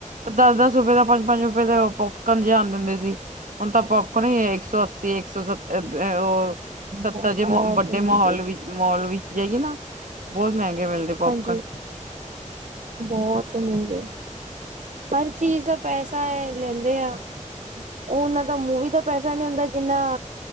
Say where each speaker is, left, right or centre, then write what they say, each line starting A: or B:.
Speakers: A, on the right; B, on the right.
A: ਦੱਸ-ਦੱਸ ਰੁਪਏ ਦਾ, ਪੰਜ-ਪੰਜ ਰੁਪਏ ਦਾ, ਪੋਪਕੋਨ ਜੇ ਆਂਦੇ ਹੁੰਦੇ ਸੀ। ਹੁਣ ਤਾਂ ਪੌਪਕੋਨ ਹੀ, ਇੱਕ-ਸੌ ਅੱਸੀ, ਇੱਕਸੌ-ਸੱਤਰ ਉਹ ਸੱਤਾ
B: ਬਹੁਤ
A: ਜੇ ਵੱਡੇ
B: ਮਹਿੰਗੀ
A: ਮਾਹੋਲ ਵਿੱਚ, ਮੌਲ ਵਿੱਚ ਜਾਈਏ ਨਾ, ਬਹੁਤ ਮਹਿੰਗੇ ਮਿਲਦੇ ਪੋਪਕਨ।
B: ਹਾਂਜੀ, ਬਹੁਤ ਮਹਿੰਗੇ। ਹਰ ਚੀਜ਼ ਦਾ ਪੈਸਾ ਹੈ, ਲੈਂਦੇ ਆ। ਉਹ ਉਹਨਾਂ ਦਾ ਮੂੰਵੀ ਦਾ ਪੈਸਾ ਨੀ ਹੁੰਦਾ, ਜਿੰਨਾ